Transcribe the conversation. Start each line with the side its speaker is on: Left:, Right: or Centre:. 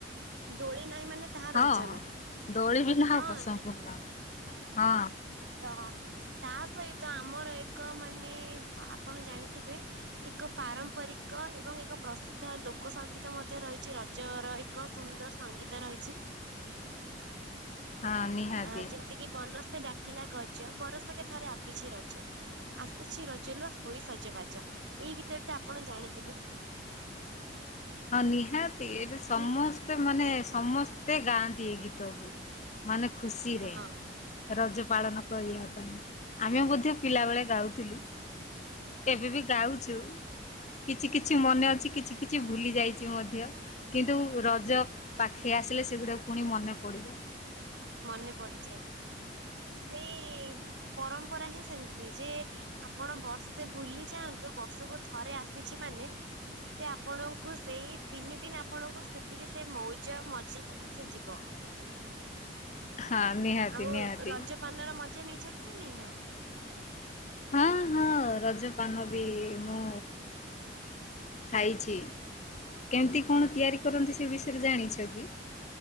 Right: ଦୋଳି ନାହିଁ ମାନେ ତାହା
Left: ହଁ
Right: ରଜ ନାହିଁ।
Left: ଦୋଳି ବିନା
Right: ହଁ
Left: ଅସମ୍ପୂର୍ଣ୍ଣ।
Right: ନିହାତି।
Left: ହଁ।
Right: ତ ତା ସଇ ତ ଆମର ଏକ ମାନେ ଆପଣ ଜାଣିଥିବେ ଏକ ପାରମ୍ପରିକ ଏବଂ ଏକ ପ୍ରସିଦ୍ଧ ଲୋକ ସଙ୍ଗୀତ ମଧ୍ୟ ରହିଚି ରଜର ଏକ ସୁନ୍ଦର ସଙ୍ଗୀତ ରହିଚି।
Left: ହଁ ନିହାତି
Right: ଆ ଯେମତି କି ବନସ୍ ତେ ଡାକିଲା ଗଜ ବରଷକେ ଥରେ ଆସିଛି ରଜ ଆସିଛି ରଜ ଲୋ ହୋଇ ସଜବାଜ ଏଇ ଗୀତଟି ତ ଆପଣ ଜାଣିଥିବେ।
Left: ହଁ ନିହାତି ଏବେ ସମସ୍ତେ
Right: ନି
Left: ମାନେ ସମସ୍ତେ ଗାଆନ୍ତି ଏଇ ଗୀତକୁ। ମାନେ ଖୁସିରେ।
Right: ହଁ
Left: ରଜ ପାଳନ କରିବା ପାଇଁ ଆମେ ମଧ୍ୟ ପିଲାବେଳେ ଗାଉଥିଲୁ ଏବେ ବି ଗାଉଚୁ। କିଛି କିଛି ମନେ ଅଛି କିଛି କିଛି ଭୁଲି ଯାଇଚି ମଧ୍ୟ କିନ୍ତୁ ରଜ ପାଖେଇ ଆସିଲେ ସେଗୁଡା ପୁଣି ମନେ ପଡିଯାଏ।
Right: ମନେ ପଡିଯାଏ ସେଇ ଇ ପରମ୍ପରା ହିଁ ସେମି ତି ଯେ ଆ ଆପଣ ବର୍ଷେ ବୁଲି ଯାଆନ୍ତୁ ବର୍ଷକୁ ଥରେ ଆସିଛି ମାନେ ସେ ଆପଣଙ୍କୁ ସେଇ ତିନି ଦିନି ଆପଣଙ୍କୁ ସେତିକି ସେ ମୋଉଜା ମଜିକି ହିଁ ସେ ଯିବ।
Left: ହଁ ନିହାତି
Right: ଆଉ
Left: ନିହାତି
Right: ରଜ ପାନର ମ ଜା ନେଇଛନ୍ତି ନାଁ ନେଇନାହାନ୍ତି?
Left: ହଁ ହଁ ରଜପାନ ବି ମୁଁ ଖାଇଚି। କେମିତି କଣ ତିଆରି କରନ୍ତି ସେ ବିଷୟରେ ଜାଣିଚ କି?